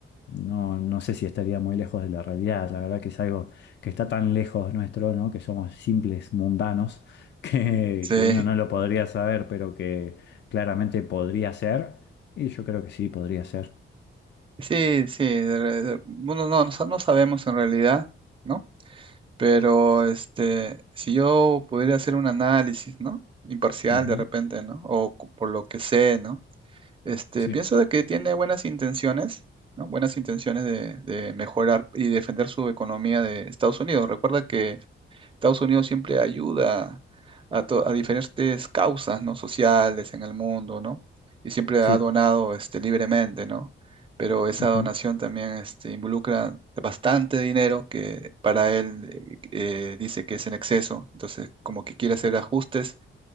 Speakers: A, on the left (about 60°); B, on the right (about 25°).
A: no, no sé si estaría muy lejos de la realidad. La verdad que es algo que está tan lejos nuestro, ¿no? Que somos simples mundanos, <laughs> que,
B: Sí,
A: que uno no lo podría saber, pero que claramente podría ser. Y yo creo que sí, podría ser.
B: sí, sí. de re- de- bueno, no, no, sa- no sabemos en realidad, ¿no? Pero este, si yo pudiera hacer un análisis, ¿no? Imparcial
A: Ujú.
B: de repente, ¿no? O cu- por lo que sé, ¿no? Este,
A: Sí.
B: pienso de que tiene buenas intenciones, ¿no? Buenas intenciones de, de mejorar y defender su economía de Estados Unidos. Recuerda que Estados Unidos siempre ayuda a, to- a diferentes causas, ¿no? sociales en el mundo, ¿no? Y siempre ha
A: Sí.
B: donado este, libremente, ¿no? Pero esa
A: Ujú.
B: donación también este, involucra bastante dinero que para él eh, eh, dice que es en exceso, entonces como que quiere hacer ajustes,